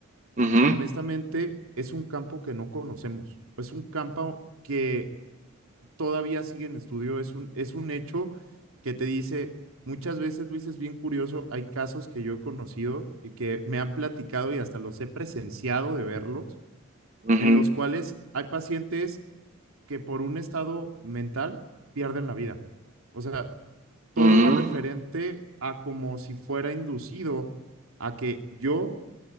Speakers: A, on the right; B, on the right.
A: ujú,
B: Honestamente, es un campo que no conocemos. Es un campo que todavía sigue en estudio, es un, es un hecho que te dice, muchas veces, Luis, es bien curioso, hay casos que yo he conocido y que me han platicado y hasta los he presenciado de verlos,
A: ujú,
B: en los cuales hay pacientes que por un estado mental pierden la vida. O sea, todo
A: ujú.
B: va referente a como si fuera inducido a que yo